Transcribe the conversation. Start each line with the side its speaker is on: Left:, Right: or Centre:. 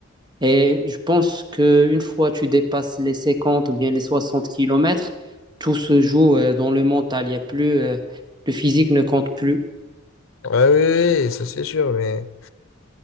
Right: Et je pense qu'une fois que tu dépasses les 50 ou bien les 60 km, tout se joue euh, dans le mental. Il y a plus, euh, le physique ne compte plus.
Left: Ouais, oui, oui, oui, ça c'est sûr, mais...